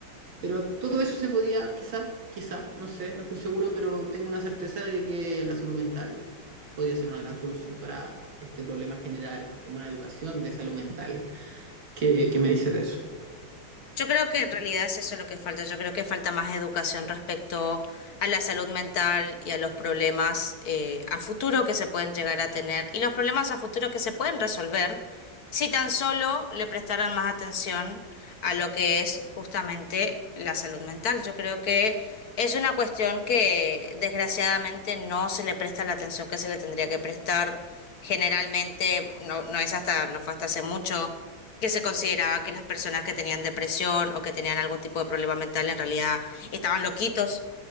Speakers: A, on the right; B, on the left.
A: Pero todo eso se podía, quizá, quizá, no sé, no estoy seguro, pero tengo una certeza de que la salud mental podría ser una gran solución para este problema general, como una educación de salud mental. ¿Qué, qué me dices de eso?
B: Yo creo que en realidad es eso lo que falta. Yo creo que falta más educación respecto a la salud mental y a los problemas eh, a futuro que se pueden llegar a tener y los problemas a futuro que se pueden resolver si tan solo le prestaran más atención a lo que es justamente la salud mental. Yo creo que es una cuestión que desgraciadamente no se le presta la atención que se le tendría que prestar generalmente. No, no es hasta, no fue hasta hace mucho que se consideraba que las personas que tenían depresión o que tenían algún tipo de problema mental en realidad estaban loquitos,